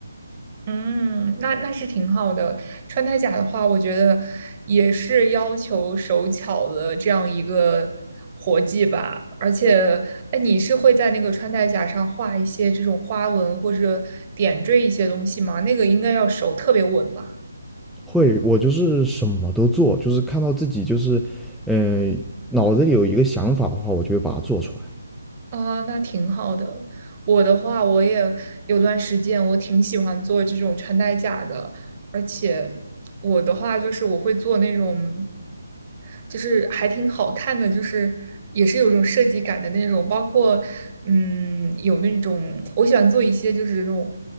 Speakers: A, on the right; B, in the centre.
A: 嗯，那那是挺好的。穿戴甲的话，我觉得也是要求手巧的这样一个活计吧。而且，哎，你是会在那个穿戴甲上画一些这种花纹或者点缀一些东西吗？那个应该要手特别稳吧。
B: 会我就是什么都做，就是看到自己就是，呃，脑子里有一个想法的话，我就会把它做出来，
A: 啊，那挺好的。我的话，我也有段时间我挺喜欢做这种穿戴甲的，而且我的话就是我会做那种，就是还挺好看的，就是也是有种设计感的那种，包括嗯，有那种我喜欢做一些就是那种